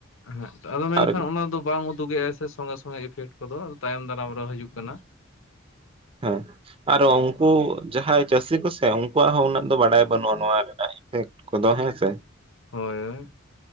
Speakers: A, on the left; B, on the right.
A: ᱦᱮᱸ ᱟᱫᱚ ᱢᱮᱱᱠᱷᱟᱱ
B: ᱟᱨ
A: ᱚᱱᱟ ᱫᱚ ᱵᱟᱝᱢ ᱩᱫᱩᱜᱮᱫ-ᱟ ᱥᱮ ᱥᱚᱸᱜᱮ ᱼ ᱥᱚᱸᱜᱮ ᱤᱯᱷᱮᱠᱴ ᱠᱚ-ᱫᱚ ᱛᱟᱭᱚᱢ ᱫᱟᱨᱟᱢ ᱨᱮᱦᱚᱸ ᱦᱤᱡᱩᱜ ᱠᱟᱱᱟ᱾
B: ᱦᱮᱸ᱾ ᱟᱨᱚ ᱩᱱᱠᱩ ᱡᱟᱦᱟᱸᱭ ᱪᱟᱹᱥᱤ ᱠᱚᱥᱮ ᱩᱱᱠᱩᱣᱟᱜ ᱦᱚᱸ ᱩᱱᱟᱹᱜ ᱫᱚ ᱵᱟᱲᱟᱭ ᱵᱟᱹᱱᱩᱜ-ᱟ, ᱱᱚᱣᱟ ᱨᱮᱱᱟᱜ ᱤᱯᱷᱮᱠᱴ ᱠᱚᱫᱚ ᱦᱮᱸ ᱥᱮ
A: ᱦᱳᱭᱻ